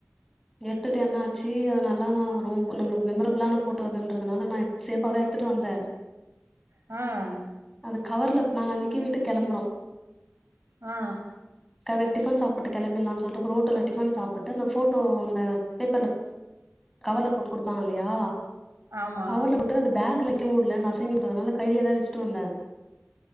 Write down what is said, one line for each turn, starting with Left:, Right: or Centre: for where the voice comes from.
Centre: எடுத்துட்டு என்ன ஆச்சு அது நல்லா அ ரொம்ப நம்மளுக்கு மெமரபிளான ஃபோட்டோ அதுன்றதுனால நா சேஃபா தா எடுத்துட்டு வந்தே
Right: அ
Centre: அது கவர்ல நாங்க அன்னக்கி வீட்டுக் கெளம்புறோ
Right: ஆ
Centre: காலேல டிஃபன் சாப்ட்டு கெளம்பிற்லான் சொல்ட்டு ஒரு ஹோட்டல்ல டிஃபன் சாப்புட்டு அந்த போட்டோ அந்த பேப்பர்ல கவர்ல போட்டு குடுப்பாங்க இல்லயா
Right: ஆமா.
Centre: கவர்ல போட்டு அது பேக்லை வக்க முடில நசுங்கிரு அதுனால கைலயே தா வச்சுட்டு வந்தே